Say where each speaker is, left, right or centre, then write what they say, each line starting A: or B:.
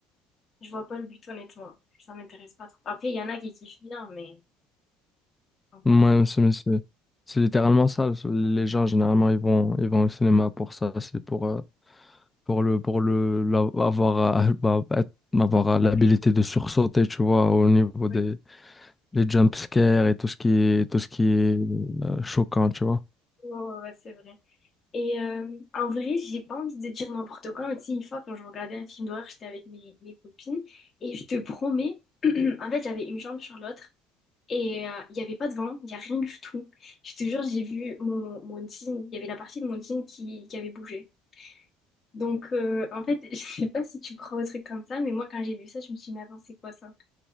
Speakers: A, on the left; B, on the left.
A: Je vois pas le but, honnêtement. Ça m'intéresse pas trop. Après, il y en a qui kiffent bien, mais donc,
B: Moi,
A: voilà.
B: c'est mais c'est- c'est littéralement ça. Les gens, généralement, ils vont, ils vont au cinéma pour ça. C'est pour, euh, pour le pour le la- avoir à- <laughs> bah, être- avoir euh, l'habilité
A: Après,
B: de sursauter tu vois au niveau
A: Ouais,
B: des les jump scares et tout ce qui est tout ce qui est euh, choquant tu vois
A: ouais, ouais, c'est vrai. Et euh, en vrai, j'ai pas envie de dire n'importe quoi, mais tu sais, une fois, quand je regardais un film d'horreur, j'étais avec mes, mes copines, et je te promets, <clears throat> en fait, j'avais une jambe sur l'autre, et euh, il y avait pas de vent, il y a rien du tout. Je te jure, j'ai vu mon, mon jean, il y avait la partie de mon jean qui, qui avait bougé. Donc, euh, en fait, <laughs> je sais pas si tu crois au truc comme ça, mais moi, quand j'ai vu ça, je me suis dit, mais attends, c'est quoi ça?